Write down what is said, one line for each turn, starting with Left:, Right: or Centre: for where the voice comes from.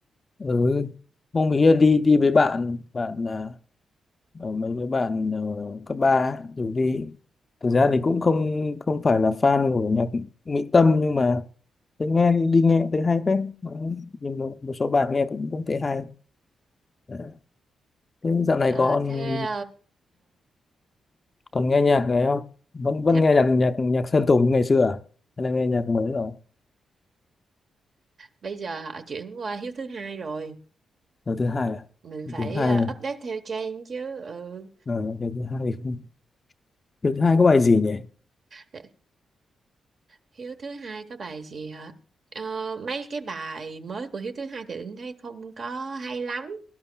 Left: ừ. Hôm ấy đi đi với bạn bạn à, Ờ, mấy đứa bạn ờ, cấp 3 rủ đi thực ra thì cũng không không phải là fan của nhạc Mỹ Tâm nhưng mà thế nghe thì đi nghe thấy hay phết Đấy, nhưng một, một số bài nghe cũng cũng thấy hay Đấy. thế dạo này
Right: Ờ,
Left: còn
Right: thế
Left: còn nghe nhạc đấy không vẫn vẫn
Right: Thế
Left: nghe nhạc nhạc nhạc Sơn Tùng như ngày xưa à hay là nghe nhạc mới rồi
Right: bây giờ họ chuyển qua hiếu thứ hai rồi,
Left: lần thứ hai à
Right: mình
Left: lần
Right: phải
Left: thứ hai
Right: ờ,
Left: này
Right: update theo trend chứ. Ừ.
Left: ờ, lần thứ hai thì không lần thứ hai có bài gì nhỉ
Right: Để- Hiếu thứ hai có bài gì hả? Ờ, mấy cái bài mới của Hiếu thứ hai thì Linh thấy không có hay lắm